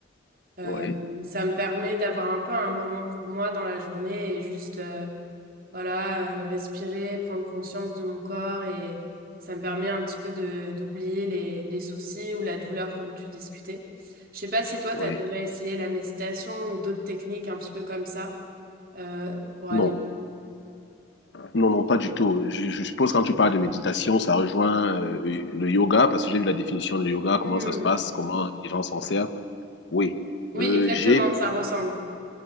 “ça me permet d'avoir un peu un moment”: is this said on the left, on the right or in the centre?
Right